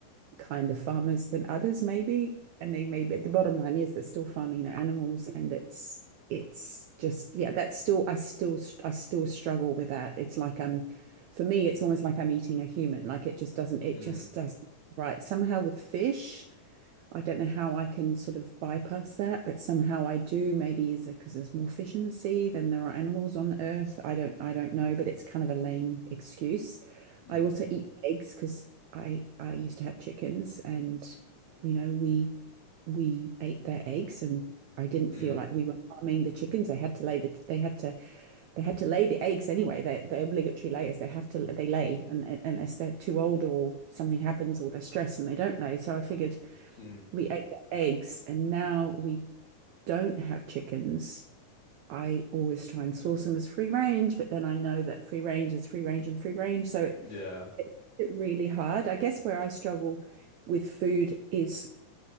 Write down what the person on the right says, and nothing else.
kind of farmers than others, maybe. And they maybe the bottom line is they're still farming their animals, and it's it's just yeah, that's still I still I still struggle with that. It's like I'm for me, it's almost like I'm eating a human. Like it just doesn't it
just doesn't right. Somehow with fish, I don't know how I can sort of bypass that, but somehow I do. Maybe is it because there's more fish in the sea than there are animals on Earth? I don't, I don't know, but it's kind of a lame excuse.
I also eat eggs because I I used to have chickens, and you know we we ate their eggs, and I didn't
feel like we were harming the chickens. They had to lay the they had to they had to lay the eggs anyway. They're, they're obligatory layers. They have to they lay, and, and unless they're too old or something happens or they're stressed and they don't lay. So I figured
we ate the eggs and now we don't have chickens. I always try and source them as free range, but then I know that free range is free range and free range. So it,
it really hard. I guess where I struggle with food is